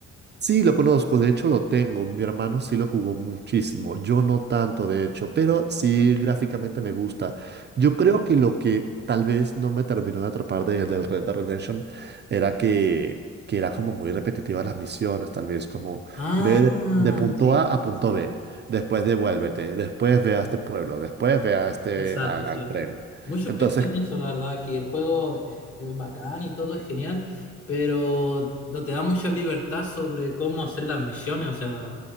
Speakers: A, on the right; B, on the left.
A: Sí, lo conozco, de hecho lo tengo. Mi hermano sí lo jugó muchísimo, yo no tanto de hecho, pero sí gráficamente me gusta. Yo creo que lo que tal vez no me terminó de atrapar de- del Red Dead Redemption era que, que era como muy repetitivas las misiones, tal vez como
B: Ah,
A: ve de, de punto
B: sí,
A: A a punto
B: sí,
A: B,
B: sí,
A: después devuélvete, después ve a este pueblo, después ve a este
B: exacto,
A: al,
B: sí.
A: al tren.
B: Muchos
A: Entonces,
B: piensan eso, la verdad, que el juego eh, es bacán y todo es genial, pero no te da mucha libertad sobre cómo hacer las misiones, o sea,